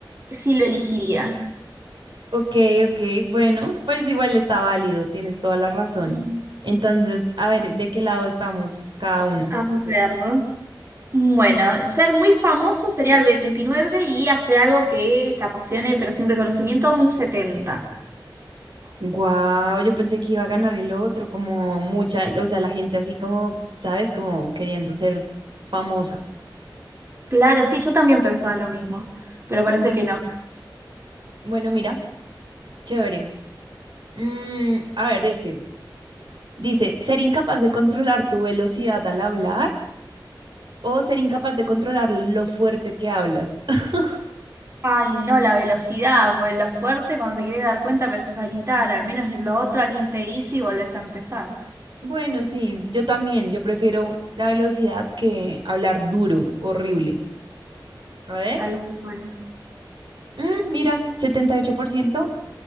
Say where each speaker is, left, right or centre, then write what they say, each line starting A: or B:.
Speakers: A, on the right; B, on the right.
A: sí lo elegiría.
B: Ok, ok, bueno, pues igual está válido, tienes toda la razón.
A: Mm.
B: Entonces, a ver, ¿de qué lado estamos cada una?
A: A ver. Bueno, ser muy famoso sería el 29 y hacer algo que te apasione, pero sin reconocimiento, un 70.
B: Wow, yo pensé que iba a ganar el otro, como mucha, o sea, la gente así como, ¿sabes? Como queriendo ser famosa.
A: Claro, sí, yo también pensaba lo mismo, pero parece
B: Mm,
A: que no.
B: Bueno, mira, chévere. Mm, a ver, este. Dice, ser incapaz de controlar tu velocidad al hablar o ser incapaz de controlar lo fuerte que hablas. <laughs>
A: Ay, no, la velocidad, pues lo fuerte, cuando te querés dar cuenta empezás a gritar, al menos en lo otro alguien te dice y volvés a empezar.
B: Bueno, sí, yo también, yo prefiero la velocidad que hablar duro, horrible. A ver,
A: Tal cual.
B: mm, mira, 78%,